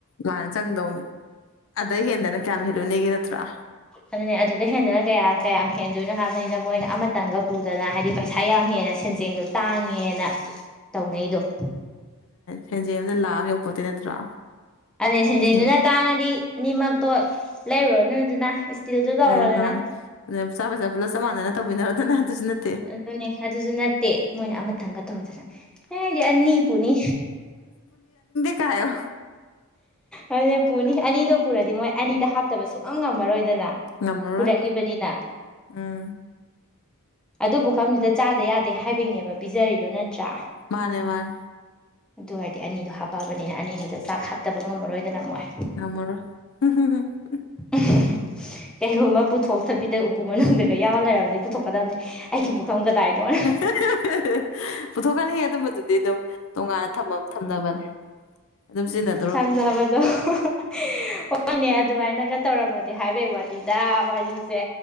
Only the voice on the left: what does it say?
ꯃꯥꯅꯦ ꯆꯪꯗꯧꯅꯤ ꯑꯗꯩ ꯍꯦꯟꯗꯅ ꯀꯌꯥꯝ ꯍꯦꯜꯂꯨꯅꯤꯒꯦ ꯅꯠꯇ꯭ꯔꯥ
ꯁꯦꯟꯖꯦꯟꯗꯣ ꯂꯥꯛꯑꯝ ꯌꯧꯄꯣꯠꯇꯦ ꯅꯠꯇ꯭ꯔꯥ
ꯂꯤꯁꯤꯡ
ꯑꯗꯨꯅꯦ ꯃꯥꯅꯤ ꯑꯗꯨꯅꯦ ꯆꯥꯕꯩ ꯆꯥꯕ ꯄꯨꯂꯞ ꯆꯞ ꯃꯥꯟꯅꯅ ꯇꯧꯃꯤꯟꯅꯔꯣꯗꯅ ꯑꯗꯨꯁꯨ ꯅꯠ__
ꯀꯥꯏꯌꯣ
ꯉꯝꯃꯔꯣꯏ
ꯎꯝ
ꯃꯥꯅꯦ ꯃꯥꯅꯦ
ꯉꯝꯃꯔꯣꯏ ꯍꯨꯝ ꯍꯨꯝ ꯍꯨꯝ
<unintelligible> ꯄꯨꯊꯣꯛꯀꯅꯤꯍꯦ ꯑꯗꯨꯝꯕꯗꯨꯗꯤ ꯑꯗꯨꯝ ꯇꯣꯉꯥꯟꯅ ꯊꯝꯃꯝ ꯊꯝꯅꯕꯅꯦ ꯑꯗꯨꯝ ꯁꯤꯖꯤꯟꯅ__